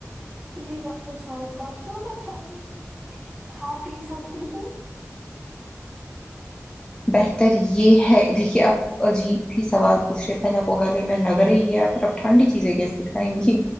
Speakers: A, on the right (about 25°); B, on the left (about 15°).
A: جی ڈاکٹر صاحبہ کیا میں ٹھنڈی چیزیں کھا پی سکتی ہوں
B: بہتر یہ ہے دیکھیے آپ عجیب ہی سوال پوچھ رہے پہلے اپ گلے میں لگ رہی ہے پھر آپ ٹھنڈی چیزیں کیسے کھائیں گی